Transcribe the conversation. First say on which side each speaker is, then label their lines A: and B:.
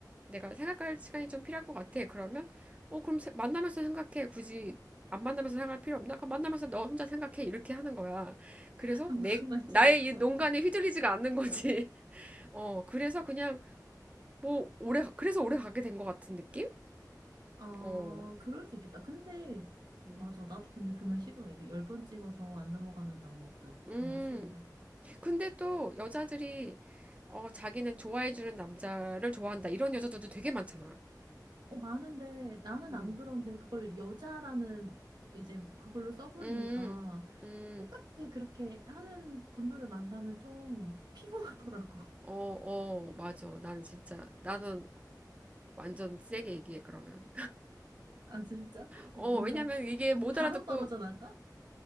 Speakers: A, on the right; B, on the right.
A: 내가 생각할 시간이 좀 필요할 것 같아. 그러면 어, 그럼 세- 만나면서 생각해. 굳이 안 만나면서 생각할 필요 없나? 그럼 만나면서 너 혼자 생각해. 이렇게 하는 거야.
B: <laughs>
A: 그래서
B: 아, 무슨
A: 내
B: 말인지
A: 나의
B: 알 것
A: 이
B: 같아.
A: 농간에 휘둘리지가 않는 거지. <laughs> 어, 그래서 그냥 뭐 오래 가- 그래서 오래 가게 된 것 같은 느낌?
B: 아,
A: 어.
B: 그럴 수 있겠다. 근데, 맞아.
A: 음.
B: 나도 근데 그 말 싫어해. 그 열번 찍어서 안 넘어가는 나무 없다. 그
A: 음.
B: 말 싫어.
A: 근데 또 여자들이 어, 자기는 좋아해주는 남자를 좋아한다. 이런 여자들도 되게 많잖아.
B: 어, 많은데, 나는
A: 음.
B: 안 그런데 그걸 여자라는 이제 그걸로 써버리니까
A: 음, 음,
B: 똑같이 그렇게 하는 분들을 만나면 좀 피곤하더라고. <laughs>
A: 어, 어, 맞아. 난 진짜, 나는 완전 세게 얘기해, 그러면.
B: 아, 진짜?
A: 어,
B: 어, 뭔가
A: 왜냐면 이게 못
B: 바로
A: 알아듣고,
B: 떨어져 나가?